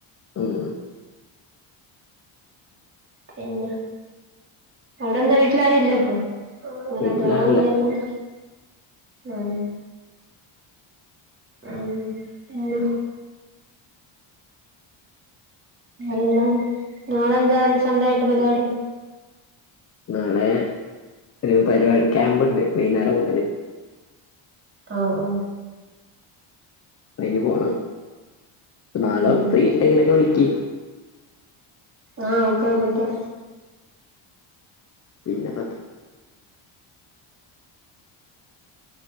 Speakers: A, on the left; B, on the right.
A: ഉം
B: പിന്നെ അവിടെ എന്താ വീട്ടിലാരും ഇല്ലേ ഇപ്പൊ ആരുടെയും
A: വീട്ടിലാരുല്ല
B: ബഹളം ഒന്നും കേൾക്കുന്നില്ല ഉം ഉം പിന്നെ എന്താണ് നാളെന്താണ് സൺഡേ ആയിട്ട് പരിപാടി
A: നാളെ ഒരു പരിപാടി ക്യാമ്പുണ്ട് വൈകുന്നേരം മുതല്
B: ആഹ് ഹ്
A: ബാങ്കി പോണം നാളെ
B: ഉം
A: ഫ്രീ ഉണ്ടെങ്കിലൊക്കെ വിളിക്ക്
B: ആ ഓക്കെ വിളിക്കാം
A: പിന്നെ പത്ത്